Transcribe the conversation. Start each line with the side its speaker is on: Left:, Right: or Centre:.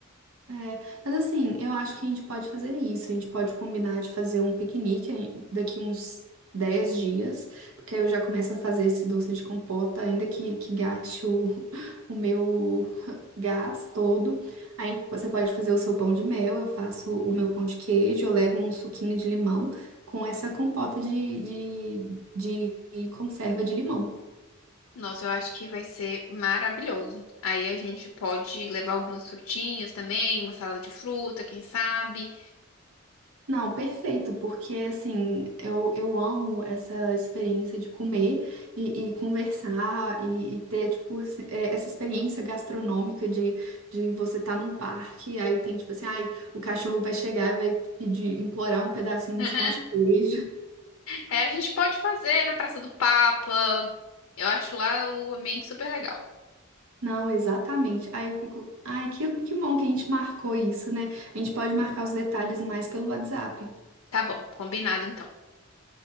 Right: É, mas assim, eu acho que a gente pode fazer isso. A gente pode combinar de fazer um piquenique aí daqui uns 10 dias, porque aí eu já começo a fazer esse doce de compota, ainda que, que gaste o, <laughs> o meu gás todo. Aí tipo, você pode fazer o seu pão de mel, eu faço o meu pão de queijo, eu levo um suquinho de limão com essa compota de, de de conserva de limão.
Left: Nossa, eu acho que vai ser maravilhoso. Aí a gente pode levar algumas frutinhas também, uma salada de fruta, quem sabe.
Right: Não, perfeito, porque assim, eu, eu amo essa experiência de comer e, e conversar e, e ter, tipo, esse- é, essa experiência gastronômica de, de você estar num parque, aí tem, tipo assim, ai, o cachorro vai chegar e vai pedir, implorar um pedacinho
Left: <laughs>
Right: de pão de queijo. <laughs>
Left: É, a gente pode fazer na Praça do Papa. Eu acho lá o ambiente super legal.
Right: Não, exatamente. Aí eu fico, ai, que, que bom que a gente marcou isso, né? A gente pode marcar os detalhes mais pelo WhatsApp.
Left: Tá bom, combinado então.